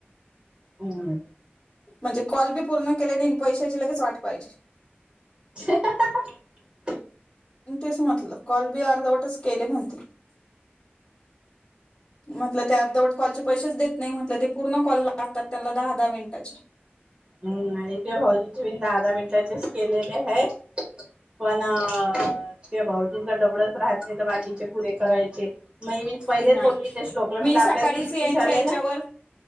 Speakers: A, on the right; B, on the left.
A: हम्म.
B: म्हणजे कॉल बी पूर्ण केले नाही. पैशाची लगेच वाट पाहिजे.
A: <inaudible>
B: तेच म्हटलं कॉलबी अर्धवटच केले म्हणते. म्हटलं ते अर्धवट कॉलचे पैसेच देत नाही म्हटलं ते पूर्ण कॉल लागतात त्यांना दहा दहा मिनिटाचे.
A: ह नाहि भाऊजी बि दहा दहा मिनटाचेच केलेले हाय. पण ते भाऊजींचा टबळच राहत नाही तर बाकीचे पुरे करायचे. मग मी पहिलेच
B: नाही.
A: बोलली ते श्लोकला म्हटलं
B: मी
A: आपल्याला
B: सकाळीच
A: तीस
B: यांच्या
A: तीस आले
B: याच्यावर
A: ना